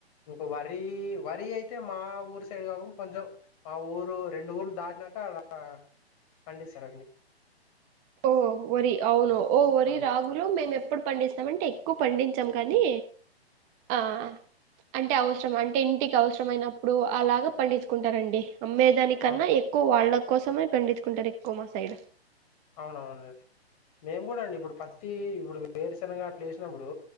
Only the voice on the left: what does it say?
ఇంకో వరి వరి అయితే మా ఊరు సైడ్ కాకుండా కొంచెం మా ఊరు రెండు ఊర్లు దాటినాక అలా పండిస్తారండి.
ఆ!
అవును
అవు
అవునవునండి మేము కూడా అండి ఇప్పుడు ప ప్రతి ఇప్పుడు వేరుశనగా అట్లా వేసినప్పుడు